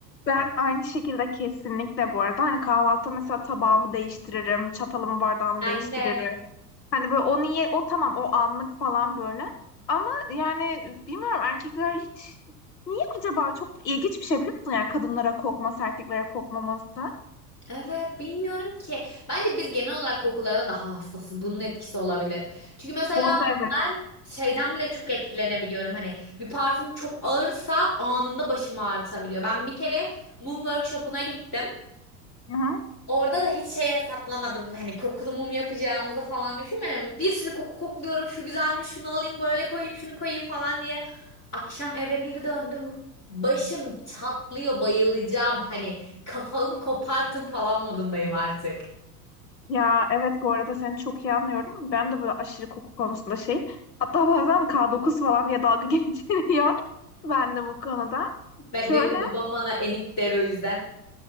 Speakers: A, on the left (about 80°); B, on the left (about 35°).
A: ben aynı şekilde kesinlikle bu arada hani kahvaltı mesela tabağımı değiştiririm, çatalımı bardağımı
B: Ben
A: değiştiririm.
B: de.
A: Hani böyle o niye o tamam o anlık falan böyle. Ama yani bilmiyorum erkekler hiç niye acaba çok da ilginç bir şey biliyor musun? Yani kadınlara kokması, erkeklere kokmaması.
B: Evet bilmiyorum ki. Bence biz genel olarak kokulara daha hassasız. Bunun etkisi olabilir. Çünkü mesela
A: Bu arada evet.
B: ben şeyden bile çok etkilenebiliyorum. Hani bir parfüm çok ağırsa anında başımı ağrıtabiliyor. Ben bir kere mum workshop'una gittim.
A: Hı hı.
B: Orada da hiç şey hesaplamadım. Hani kokulu mum yapacağımızı falan düşünmedim. Bir sürü koku kokluyorum. Şu güzelmiş, şunu alayım, böyle koyayım, şunu koyayım falan diye. Akşam eve bir döndüm. Başım çatlıyor, bayılacağım. Hani kafamı kopartın falan modundayım artık.
A: Ya evet bu arada seni çok iyi anlıyorum. Ben de böyle aşırı koku konusunda şeyim. Hatta bazen K9 falan diye dalga <laughs> geçiliyor. Ben de bu konuda.
B: Be-
A: Şöyle
B: benim de babam bana enik der o yüzden.